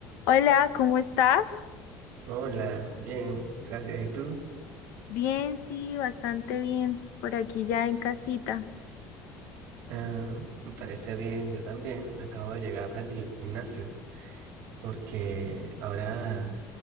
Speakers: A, on the left; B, on the right.
A: Hola, ¿cómo estás?
B: Hola, bien, gracias. ¿Y tú?
A: Bien, sí, bastante bien, por aquí ya en casita.
B: Ah, me parece bien, yo también. Acabo de llegar del gi- gimnasio porque ahora